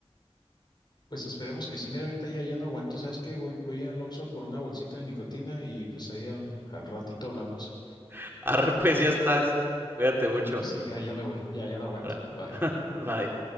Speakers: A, on the left (about 45°); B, on the right (about 20°).
A: Pues esperemos que sí. Mira, ahorita ya, ya no aguanto. ¿Sabes qué? Voy, voy al Oxxo por una bolsita de nicotina y pues ahí al, al ratito hablamos.
B: <laughs> Arre, pues ya estás. Cuídate mucho.
A: Sí, ya, ya me voy. Ya, ya no aguanto.
B: Ahora.
A: Bye.
B: <laughs> Bye.